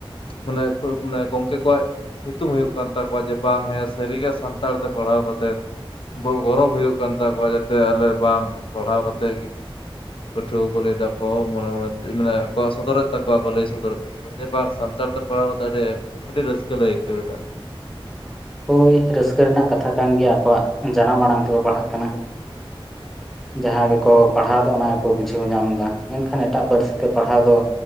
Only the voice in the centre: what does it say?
ᱦᱳᱭ ᱨᱟᱹᱥᱠᱟᱹ ᱨᱮᱱᱟᱜ ᱠᱟᱛᱷᱟ ᱠᱟᱱ ᱜᱮᱭᱟ ᱟᱠᱚᱣᱟᱜ ᱡᱟᱱᱟᱢ ᱟᱲᱟᱝ ᱛᱮᱠᱚ ᱯᱟᱲᱦᱟᱜ ᱠᱟᱱᱟ᱾
ᱡᱟᱦᱟᱸ ᱜᱮᱠᱚ ᱯᱟᱲᱦᱟᱣᱫᱟ ᱚᱱᱟ ᱜᱮᱠᱚ ᱵᱩᱡᱷᱟᱹᱣ ᱧᱟᱢᱫᱟ, ᱢᱮᱱᱠᱷᱟᱱ ᱮᱴᱟᱜ ᱯᱟᱹᱨᱥᱤ ᱛᱮ ᱯᱟᱲᱦᱟᱣ ᱫᱚ